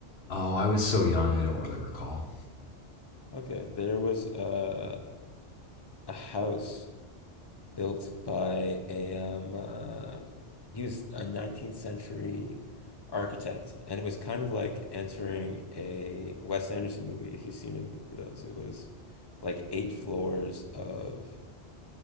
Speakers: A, on the left; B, on the left.
A: Oh, I was so young, I don't really recall.
B: Okay, there was uh, a house built by a um, uh, he was a 19th century architect, and it was kind of like entering a Wes Anderson movie, if you've seen any of those. It was like eight floors of